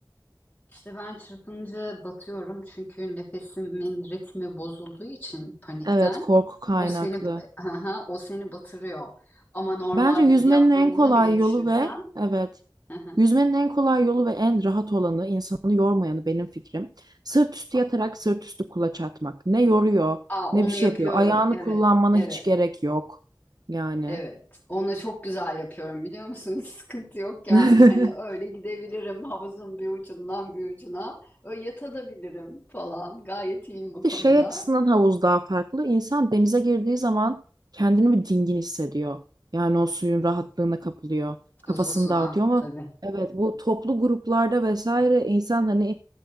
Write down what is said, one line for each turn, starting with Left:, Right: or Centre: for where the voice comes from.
Left: İşte ben çırpınca batıyorum çünkü nefesimin ritmi bozulduğu için panikten
Right: Evet, korku kaynaklı.
Left: o seni <laughs> aha, o seni batırıyor. Ama normalde
Right: Bence yüzmenin
Left: diyaframına
Right: en kolay
Left: bile yetişirsen
Right: yolu ve evet.
Left: <laughs> aha,
Right: Yüzmenin en kolay yolu ve en rahat olanı, insanı yormayanı benim fikrim. Sırt üstü yatarak sırt üstü kulaç atmak. Ne yoruyor,
Left: Aa,
Right: ne
Left: onu
Right: bir şey
Left: yapıyorum.
Right: yapıyor. Ayağını
Left: Evet,
Right: kullanmana
Left: evet,
Right: hiç gerek yok. Yani.
Left: evet. Onu çok güzel yapıyorum biliyor musun? <laughs> Hiç sıkıntı yok yani.
Right: <laughs>
Left: Hani öyle gidebilirim havuzun bir ucundan bir ucuna. Öyle yatabilirim falan. Gayet iyiyim bu
Right: Bir
Left: konuda.
Right: de şey açısından havuz daha farklı. İnsan denize girdiği zaman kendini bir dingin hissediyor. Yani o suyun rahatlığına kapılıyor. Kafasını
Left: Tuzlu sudan
Right: dağıtıyor ama
Left: tabii.
Right: evet bu toplu gruplarda vesaire insan hani